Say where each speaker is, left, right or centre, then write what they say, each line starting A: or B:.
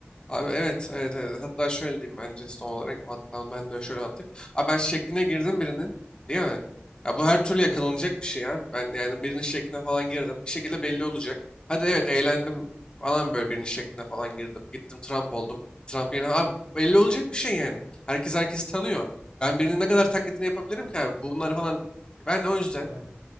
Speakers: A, on the left; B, on the left.
A: Abi evet, evet, evet. Hatta şöyle diyeyim bence son olarak. Hatta ben de şöyle anlatayım. Abi ben şekline girdim birinin. Değil mi? Ya bu her türlü yakalanacak
B: Evet,
A: bir şey abi. Ben yani birinin şekline falan girdim. Bir şekilde belli olacak. Hadi evet eğlendim falan böyle birinin şekline falan girdim. Gittim Trump oldum. Trump yerine... Abi belli olacak bir şey yani. Herkes herkesi tanıyor. Ben birinin ne kadar
B: evet
A: taklidini yapabilirim ki abi? Bunları falan... Ben o yüzden
B: yani